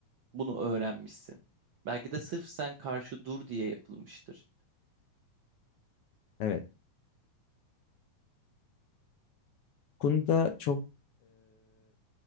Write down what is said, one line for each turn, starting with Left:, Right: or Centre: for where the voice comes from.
Right: Bunu öğrenmişsin. Belki de sırf sen karşı dur diye yapılmıştır.
Left: evet. Konuda çok